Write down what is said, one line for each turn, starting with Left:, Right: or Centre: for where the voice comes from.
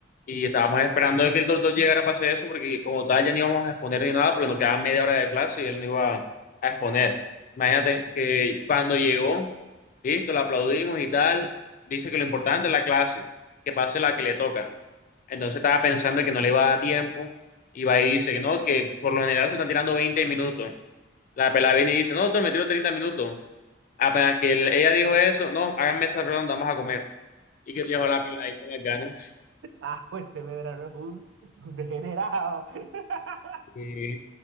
Left: y estábamos esperando de que el doctor llegara para hacer eso, porque como tal ya no íbamos a exponer ni nada, porque nos quedaban media hora de clase y él no iba a exponer. Imagínate que cuando llegó, listo, le aplaudimos y tal, dice que lo importante es la clase, que pase la que le toca. Entonces estaba pensando que no le iba a dar tiempo y va y dice que no, que por lo general se están tirando 20 minutos. La pelada viene y dice, no, doctor, me tiro 30 minutos. Apenas que él- ella dijo eso, no, háganme esa ronda, vamos a comer y que dejó la peladita con las ganas.
Right: Ah, pues ese Medrano es un, un degenerado. <laughs>
Left: Eh,